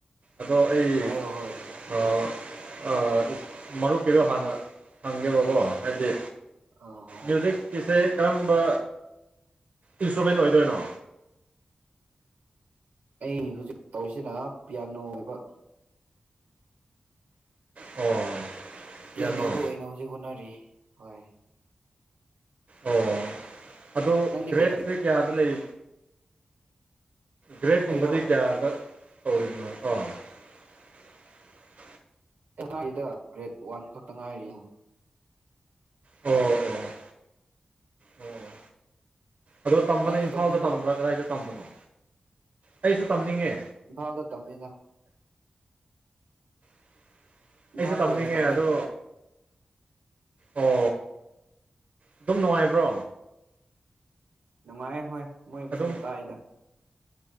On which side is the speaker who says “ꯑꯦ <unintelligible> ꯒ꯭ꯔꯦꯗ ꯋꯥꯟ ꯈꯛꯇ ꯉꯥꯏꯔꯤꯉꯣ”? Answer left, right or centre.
Right